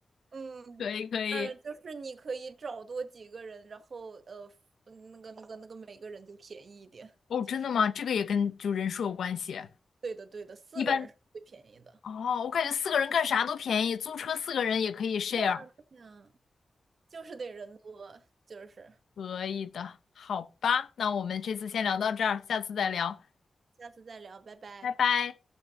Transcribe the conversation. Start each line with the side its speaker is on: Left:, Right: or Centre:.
Right: 嗯，
Left: 可以可以。
Right: 呃，就是你可以找多几个人，然后呃，嗯那个那个那个，每个人就便宜一点，
Left: 哦，
Right: 就是
Left: 真的吗？这个也跟就人数有关系。
Right: 对的对的，四个人是最便宜的。
Left: 一般哦，我感觉四个人干啥都便宜，租车四个人也可以 share。
Right: 对啊，对啊，就是得人多，就是
Left: 可以的，好吧，那我们这次先聊到这儿，下次再聊，
Right: 下次再聊，拜拜。
Left: 拜拜。